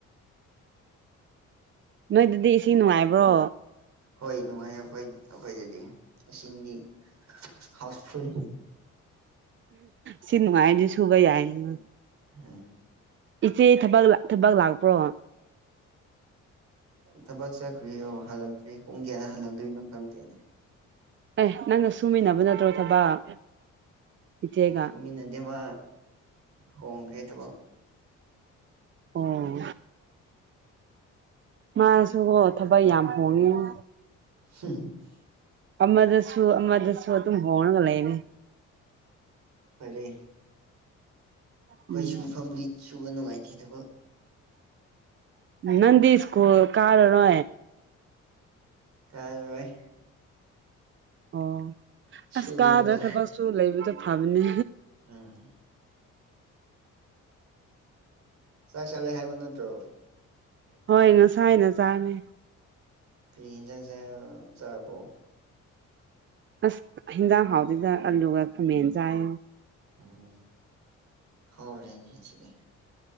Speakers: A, on the right (about 40°); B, on the right (about 60°).
A: ꯅꯣꯏꯗꯗꯤ ꯏꯁꯤꯡ ꯅꯨꯡꯉꯥꯏꯕ꯭ꯔꯣ
B: ꯍꯣꯏ ꯅꯨꯡꯉꯥꯏ ꯑꯩꯈꯣꯏ ꯑꯩꯈꯣꯏꯗꯗꯤ ꯏꯁꯤꯡꯒꯤ ꯍꯥꯎꯁꯐꯨꯜ
A: ꯁꯤ ꯅꯨꯡꯉꯥꯏꯔꯗꯤ ꯁꯨꯨꯕ ꯌꯥꯏꯅ
B: ꯍꯥ <unintelligible>
A: ꯏꯆꯦ ꯊꯕꯛ ꯊꯕꯛ ꯂꯥꯛꯄ꯭ꯔꯣ
B: ꯊꯕꯛ ꯆꯠꯈ꯭ꯔꯤ ꯑꯣ ꯍꯜꯂꯛꯇ꯭ꯔꯤ ꯄꯨꯡ ꯀꯌꯥꯗ ꯍꯜꯂꯛꯇꯣꯏꯅꯣ ꯈꯪꯗꯦꯅꯦ
A: ꯑꯦ ꯅꯪꯒ ꯁꯨꯃꯤꯟꯅꯕ ꯅꯠꯇ꯭ꯔꯣ ꯊꯕꯛ ꯏꯆꯦꯒ
B: ꯁꯨꯃꯤꯟꯅꯗꯦ ꯃꯥ ꯍꯣꯡꯈ꯭ꯔꯦ ꯊꯕꯛ
A: ꯑꯣ ꯃꯥꯁꯨꯀꫭ ꯊꯕꯛ ꯌꯥꯝ ꯍꯣꯡꯉꯦ ꯃꯥ
B: <unintelligible>
A: ꯑꯃꯗꯁꯨ ꯑꯃꯗꯁꯨ ꯑꯗꯨꯝ ꯍꫭꯡꯉꯒ ꯂꯩꯕꯅꯦ
B: ꯐ꯭ꯔꯦ ꯑꯩꯈꯣꯏ
A: ꯎꯝ
B: ꯁꯨꯡꯐꯝꯗꯤ ꯁꯨꯕ ꯅꯨꯡꯉꯥꯏꯇꯦ ꯊꯕꯛ
A: ꯅꯪꯗꯤ ꯏꯁ꯭ꯀꯨꯥꯜ ꯀꯥꯔꯔꯣ
B: ꯀꯥꯔꯔꫭꯏ
A: ꯑꯣ
B: ꯁꯨꯔꯒ
A: ꯑꯁ ꯀꯥꯗ꯭ꯔ ꯊꯕꯛꯁꯨ ꯂꯩꯕꯗꫭ ꯐꯕꯅꯦ
B: ꯎꯝ ꯆꯥꯛ ꯆꯥꯂꯦ ꯍꯥꯏꯕ ꯅꯠꯇ꯭ꯔꯣ
A: ꯍꯣꯏ ꯉꯁꯥꯏꯅ ꯆꯥꯅꯦ
B: ꯀꯩ ꯌꯦꯟꯖꯥꯡ ꯆꯥꯏ ꯆꯥꯔꯕꯣ
A: ꯑꯁ ꯍꯤꯟꯖꯥꯡ ꯍꯥꯎꯇꯦꯗ ꯑꯜꯂꯨꯒ ꯈꯥꯃꯦꯟ ꯆꯥꯏꯌꯦ
B: ꯎꯝ ꯍꯥꯎꯔꯦꯅꯤꯁꯤꯑꯦ